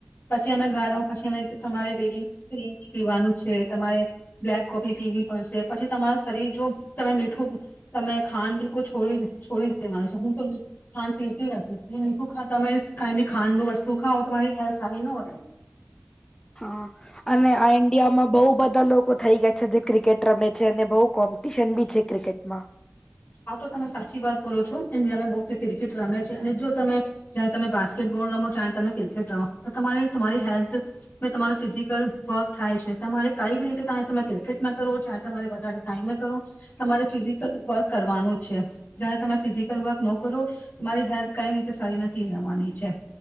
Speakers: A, on the left (about 55°); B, on the left (about 20°).
A: પછી અમે ઘર પછી અમે તમારે ડેલી ગ્રીન ટી પીવાનું છે. તમારે બ્લેક કોફી પીવી પડશે પછી તમાર શરીર જો તમે મીઠું તમે ખાંડ બિલકુલ છોડી છોડી દેવાનું છે હું તો ખાંડ પીરતી નથી <unintelligible> તમે કઈ બી ખાંડનું વસ્તુ ખાાવ તો તમારી હેલ્થ સારી ન હોય
B: હા અને આ ઇન્ડિયામાં બોવ બ ધા લોકો થઈ ગયા છે જે ક્રિકેટ રમે છે અને બોવ કોમ્પિટિશન બી છે ક્રિકેટમાં.
A: આ તો તમે સાચી વાત બોલો છો ઇન્ડિયામાં બહુ ક્રિકેટ રમે છે અને જો તમે તમે બાસ્કેટબોલ રમો છો તમે ક્રિકેટ રમો પણ તમારે તમારી હેલ્થ મે તમાર ફિઝિકલ વર્ક થાય છે. તમારે કઈ બી રીતે ત તમે ક્રિકેટમાં કરો છો તમારે ટાઈમેં કરો તમારે ફિઝિકલ વર્ક કરવાનું જ છે જ્યારે તમે ફિઝિકલ વર્ક ન કરો તમારી હેલ્થ કઈ રીતે સારી નથી રહેવાની છે.